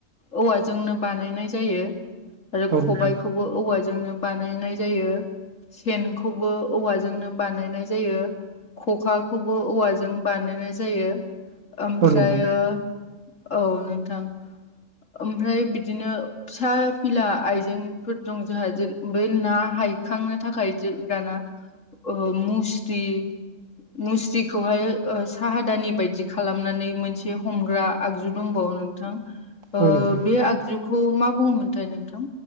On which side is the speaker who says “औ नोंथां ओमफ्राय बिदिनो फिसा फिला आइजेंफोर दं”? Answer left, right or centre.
Left